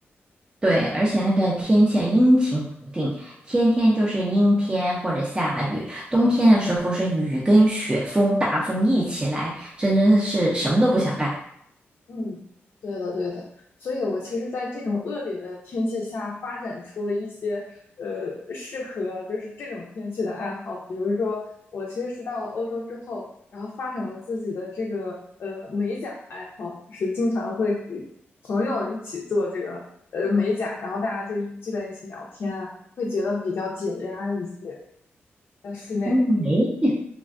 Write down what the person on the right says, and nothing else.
对，而且那个天气啊阴晴不定，天天就是阴天或者下雨，冬天的时候是雨跟雪风、大风一起来，真的是什么都不想干。
嗯，哎。